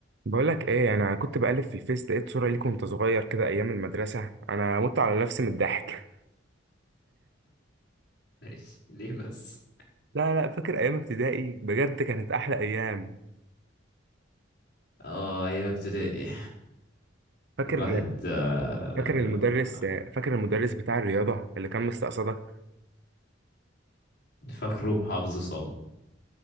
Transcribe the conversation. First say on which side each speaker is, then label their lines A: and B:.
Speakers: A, on the right; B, on the left.
A: بقولك ايه انا كنت بقلب في الفيس لقيت صورة ليك وانت صغير كده ايام المدرسة انا مت على نفسي من الضحك
B: <laughs> ماشي ليه بس
A: <laughs> لا لا فاكر ايام ابتدائي بجد كانت احلى ايام
B: اه ايام ابتدائي
A: فاكر
B: الواحد آه،
A: فاكر المدرس فاكر المدرس بتاع الرياضة اللي كان مستقصدك
B: فاكره حافظه صم